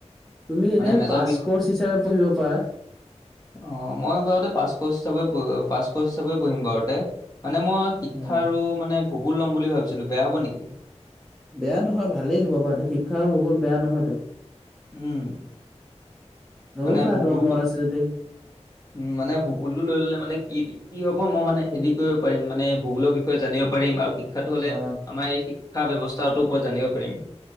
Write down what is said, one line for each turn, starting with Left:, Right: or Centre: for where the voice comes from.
Centre: তুমি এনেই
Left: মানে মেজৰ
Centre: পাছ
Left: বিষয়
Centre: কৰ্চ হিচাপে পঢ়িব পাৰা।
Left: অ মই বাৰু পাচ কৰ্চ হিচাপে পাচ কৰ্চ হিচাপে বহিম বাৰু? মানে মই শিক্ষাৰো
Centre: হয়
Left: মানে ভূগোল লম বুলি ভাবিছিলো বেয়া হব নেকি?
Centre: বেয়া নহয় ভালেই হ'ব বাৰু এই শিক্ষা আৰু ভূগোল বেয়া নহয়তো।
Left: উম।
Centre: ল'ব
Left: মানে
Centre: পাৰা
Left: ভূগোলটো
Centre: তোমাৰ মন আছে যদি
Left: উম মানে ভূগোলটো লৈ ল'লে মানে কি কি হ'ব মই মানে হেৰি কৰিব পাৰিম মানে ভূগোলৰ বিষয়ে জানিব পাৰিম আৰু শিক্ষাটো হ'লে
Centre: অ
Left: আমাৰ এই শিক্ষা ব্যৱস্থাটোৰ ওপৰত জানিব পাৰিম।